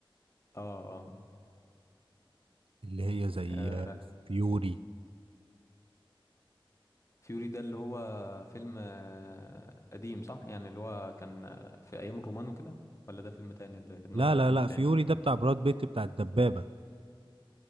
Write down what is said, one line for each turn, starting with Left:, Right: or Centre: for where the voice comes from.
Left: اه اه
Right: اللي هي زي
Left: آه،
Right: آه، فيوري
Left: فيوري ده اللي هو فيلم آه، قديم صح؟ يعني اللي هو كان آه، في أيام الرومان وكده ولا ده فيلم تاني اللي في دماغي
Right: لا
Left: ده
Right: لا
Left: فيلم
Right: لا
Left: تاني
Right: فيوري ده بتاع براد بيت بتاع الدبابه